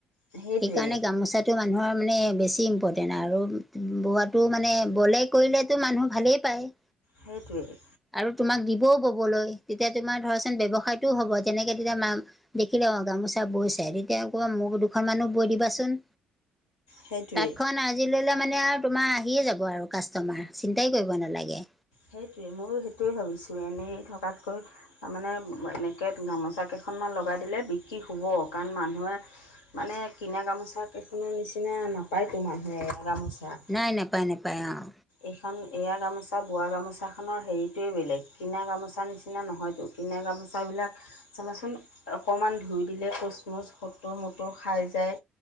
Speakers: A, on the left; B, in the centre.
A: সেইটোৱে
B: সেইকাৰণে গামোচাটো মানুহৰ মানে বেছি অতি ইম্পৰটেণ্ট আৰু বোৱাটো মানে বলে কৰিলেতো মানুহ ভালেই পায়।
A: সেইটোৱে।
B: আৰু তোমাক দিবও কবলৈ তেতিয়া তোমাৰ ধৰাচোন ব্যৱসায়টোও হ'ব। যেনেকে তেতিয়া মা দেখিলে অ, গামোচা বৈ চাই তেতিয়া কব মোক দুখন মানো বৈ দিবাচোন?
A: সেইটোৱেই
B: তাঁতখন আজি ল'লে মানে আৰু তোমাৰ আহিয়ে যাব আৰু কাষ্টমাৰ চিন্তাই কৰিব নালাগে।
A: সেইটোৱে মই সেইটোৱে ভাবিছোঁ। এনেই থকাতকৈ তাৰমানে এনেকৈ গামোচা কেইখনমান লগাই দিলে বিক্ৰী হ'ব। কাৰণ মানুহে মানে কিনা গামোচা কেইখনৰ নিচিনা নাপায়তো মানুহে এ গামোচা।
B: নাই নেপায় নেপায় অ।
A: এইখন এয়া গামোচা বোৱা গামোচাখনৰ হেৰিটোৱেই বেলেগ, কিনা গামোচা নিচিনা নহয়তো। কিনা গামোচাবিলাক চাবাচোন অকণমান ধুই দিলে কুচমুচ হোতোৰ মতুৰ খাই যায়।